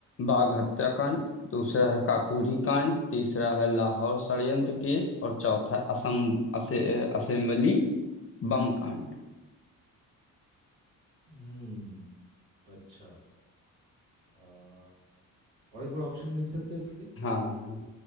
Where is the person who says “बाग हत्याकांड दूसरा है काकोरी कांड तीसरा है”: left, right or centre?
Left